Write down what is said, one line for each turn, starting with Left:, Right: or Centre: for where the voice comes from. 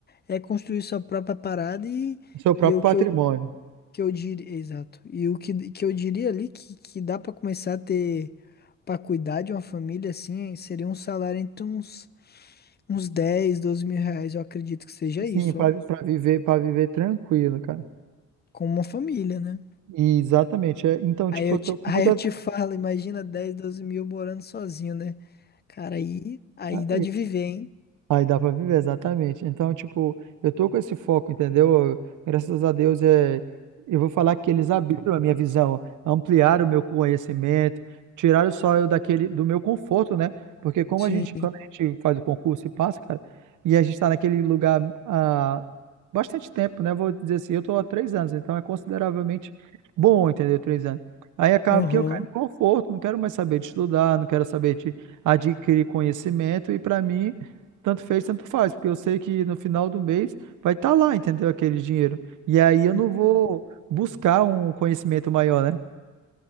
Left: é construir sua própria parada e,
Right: o seu próprio
Left: e é o
Right: patrimônio.
Left: que eu que eu diria, exato. E o que, que eu diria ali que, que dá pra começar a ter pra cuidar de uma família assim, seria um salário entre uns, uns dez doze mil reais, eu acredito que seja
Right: Sim,
Left: isso,
Right: pra
Left: ó.
Right: pra viver, para viver tranquilo, cara.
Left: Com uma família, né?
Right: Exatamente. é, então,
Left: Aí
Right: tipo,
Left: eu
Right: eu
Left: te,
Right: tô com
Left: <laughs> aí
Right: muita.
Left: eu te falo, imagina dez doze mil morando sozinho, né? Cara, aí, aí
Right: Ah,
Left: dá de viver, hein?
Right: Aí dá pra viver, exatamente. Então, tipo, eu tô com esse foco, entendeu? Eu- Graças a Deus, é... eu vou falar que eles abriram a minha visão, ampliaram o meu conhecimento, tiraram só eu daquele, do meu conforto, né? Porque como
Left: Sim.
Right: a gente, quando a gente faz o concurso e passa, cara, e a gente tá naquele lugar há bastante tempo, né? Vou dizer assim, eu tô há três anos, então é consideravelmente bom, entendeu? Três anos. Aí acaba
Left: Aham.
Right: que eu caio no conforto, não quero mais saber de estudar, não quero saber de adquirir conhecimento, e pra mim. Tanto fez, tanto faz, porque eu sei que no final do mês vai estar lá, entendeu? Aquele dinheiro. E aí eu não
Left: Ente-
Right: vou buscar um conhecimento maior, né?